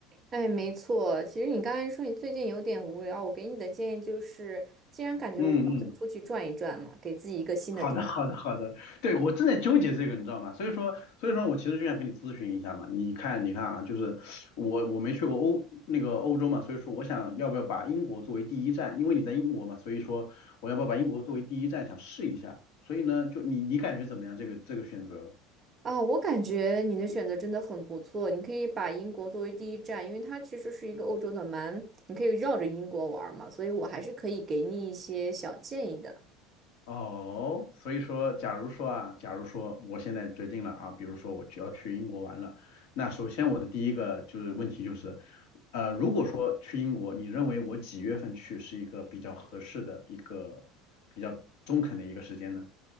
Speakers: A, on the right (about 20°); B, on the left (about 70°).
A: 哎，没错。其实你刚才说你最近有点无聊，我给你的建议就是，既然感觉无聊，
B: 嗯嗯。
A: 就出去转一转嘛，给自己一个新的大脑
B: 好的，好的，好的，对，我正在纠结这个，你知道吗？所以说，所以说我其实就想跟你咨询一下嘛。你看，你看啊，就是我我没去过欧那个欧洲嘛，所以说我想要不要把英国作为第一站，因为你在英国嘛，所以说我要不要把英国作为第一站想试一下。所以呢，就你你感觉怎么样？这个这个选择？
A: 啊。我感觉你的选择真的很不错，你可以把英国作为第一站，因为它其实是一个欧洲的蛮，你可以绕着英国玩儿嘛，所以我还是可以给你一些小建议的。
B: 哦，所以说，假如说啊，假如说我现在决定了啊，比如说我只要去英国玩了，那首先我的第一个就是问题就是，呃，如果说去英国，你认为我几月份去是一个比较合适的一个比较中肯的一个时间呢？